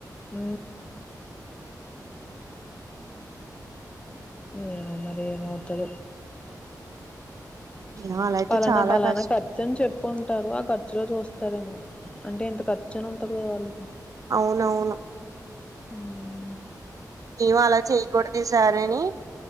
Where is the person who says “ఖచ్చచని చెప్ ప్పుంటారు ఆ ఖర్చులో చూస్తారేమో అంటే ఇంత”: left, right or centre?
Left